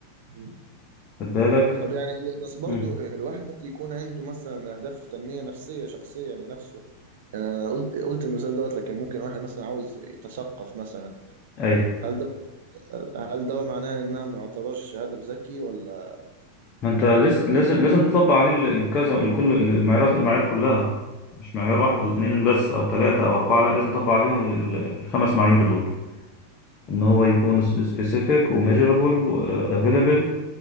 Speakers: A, on the right; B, on the left.
A: مم.
B: خد بالك
A: طب يعني بس برضو
B: مم.
A: الواحد ممكن يكون عنده مثلا أهداف تنمية نفسية شخصية لنفسه آه، قلت قلت المثال دوت لكن ممكن واحد مثلا عاوز يتثقف مثلا
B: أيوة
A: هل ده هل ده معناه إنها ما يعتبرش هدف ذكي ولا
B: ما أنت لسه
A: ولا
B: لازم لازم تطبق عليه ال- الكذا الكل المعايير المعايير كلها مش معيار واحد واتنين
A: مم.
B: بس أو تلاتة أو أربعة لا لازم تطبق عليهم ال- ال- الخمس معايير دول إن هو يكون specific و measurable و available